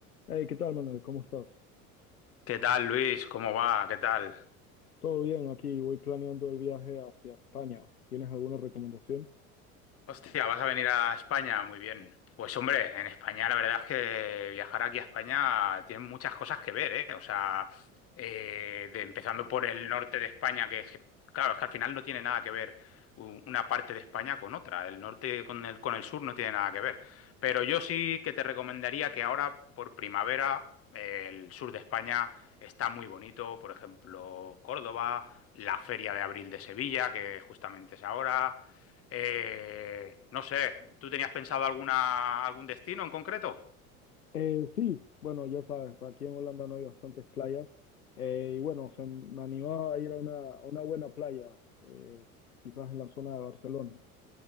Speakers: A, on the left; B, on the left.
A: Hey, ¿qué tal, Manuel? ¿Cómo estás?
B: ¿Qué tal, Luis? ¿Cómo va? ¿Qué tal?
A: Todo bien, aquí voy planeando el viaje hacia España. ¿Tienes alguna recomendación?
B: Hostia, ¿vas a venir a España? Muy bien. Pues hombre, en España la verdad es que viajar aquí a España tiene muchas cosas que ver, ¿eh? O sea, eh, de, empezando por el norte de España, que je- claro, es que al final no tiene nada que ver u- una parte de España con otra. El norte con el, con el sur no tiene nada que ver. Pero yo sí que te recomendaría que ahora, por primavera, eh, el sur de España está muy bonito. Por ejemplo, Córdoba, la Feria de Abril de Sevilla, que justamente es ahora. Eh, no sé, ¿tú tenías pensado alguna, algún destino en concreto?
A: Eh, sí, bueno, ya sabes, aquí en Holanda no hay bastantes playas. Eh, y bueno, se me animaba a ir a una, a una buena playa, eh, quizás en la zona de Barcelona.